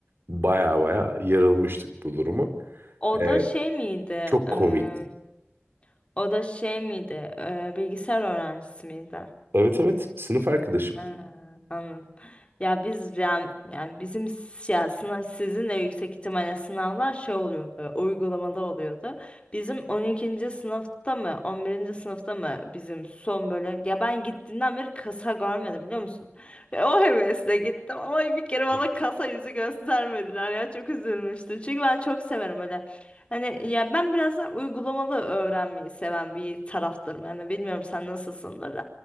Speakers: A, on the right; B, on the left.
A: baya baya yarılmıştık bu duruma.
B: O
A: Ee,
B: da şey miydi?
A: çok
B: Eee,
A: komikti.
B: o da şey miydi? Eee, bilgisayar öğrencisi miydi?
A: Evet evet sınıf arkadaşım.
B: Ha, anladım. Ya biz yani, yani bizim s- ya sınav, sizin de yüksek ihtimalle sınavlar şey oluyordu, uygulamada oluyordu. Bizim 12. sınıfta mı, on birinci sınıfta mı bizim son böyle ya ben gittiğinden beri kasa görmedim biliyor musun? Ve o hevesle gittim ama bir kere bana
A: Hı
B: kasa yüzü göstermediler ya çok üzülmüştüm. Çünkü ben çok severim öyle. Hani ya ben biraz da uygulamalı öğrenmeyi seven bir taraftarım. Yani bilmiyorum sen nasılsındır.